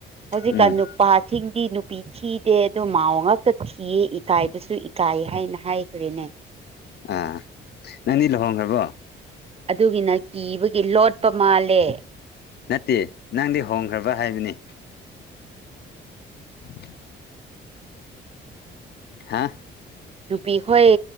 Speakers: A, on the right; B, on the left.
A: ꯍꯧꯖꯤꯛꯀꯥꯟ
B: ꯎꯝ
A: ꯅꯨ ꯅꯨꯄꯥꯁꯤꯡꯗꯤ ꯅꯨꯄꯤ ꯊꯤꯗꯦ ꯑꯗꯣ ꯃꯥꯎ ꯉꯛꯇ ꯊꯤꯌꯦ ꯏꯀꯥꯏꯕꯁꯨ ꯏꯀꯥꯏꯌꯦ ꯅ ꯍꯥꯏꯈ꯭ꯔꯔꯤꯅꯦ
B: ꯑꯥ ꯅꯪꯗꯤ ꯂꯨꯍꯣꯡꯈ꯭ꯔꯕꯣ
A: ꯑꯗꯨꯒꯤꯅ ꯀꯤꯕꯒꯤ ꯂꯣꯠꯄ ꯃꯥꯜꯂꯦ
B: ꯅꯠꯇꯦ ꯅꯪꯗꯤ ꯍꯣꯡꯈ꯭ꯔꯕ ꯍꯥꯏꯕꯅꯤ <unintelligible> ꯍꯥ
A: ꯅꯨꯄꯤꯈꯣꯏ